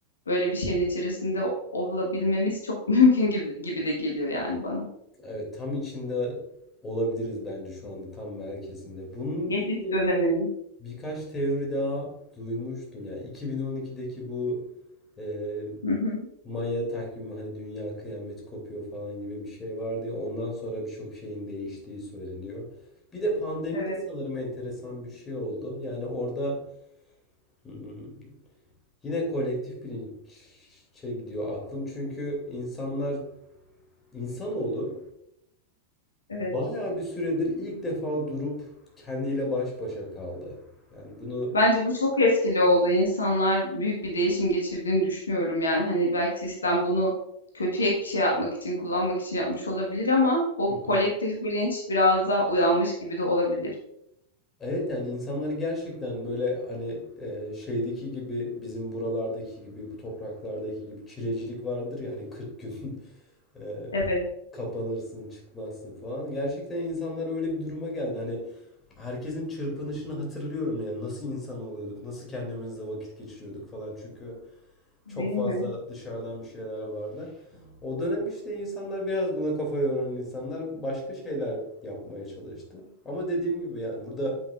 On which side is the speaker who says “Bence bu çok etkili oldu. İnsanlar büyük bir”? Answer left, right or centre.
Left